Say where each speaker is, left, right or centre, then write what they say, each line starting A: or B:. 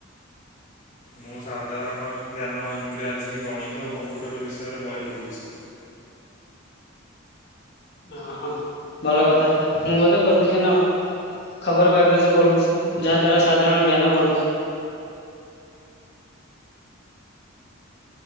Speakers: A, on the left (about 40°); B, on the left (about 55°).
A: ମୁଁ ସାଧାରଣ ଜ୍ଞାନ ଇଂରାଜୀ ଗଣିତ ଓ କମ୍ପ୍ୟୁଟର ବିଷୟରେ ବହି ପଢ଼ୁଛି।
B: ଓହୋ ଭଲ କଥା ମୁଁ ବୋଧେ ପ୍ରତିଦିନ ଖବରକାଗଜ ପଢ଼ୁଛି। ଯାହାଦ୍ୱାରା ସାଧାରଣ ଜ୍ଞାନ ବଢ଼ୁଛି।